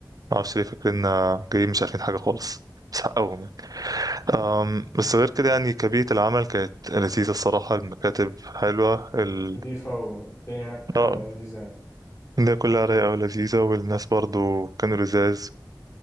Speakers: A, on the right; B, on the left.
A: معرفش ليه فاكريننا جايين مش عارفين حاجة خالص بس حقهم يعني. أم، بس غير كده يعني كبيئة العمل كانت لذيذة الصراحة المكاتب حلوة ال
B: نضيفة والدنيا هناك
A: اه
B: لذيذة يعني
A: الدنيا كلها رايقة ولذيذة والناس برضو كانوا لذاذ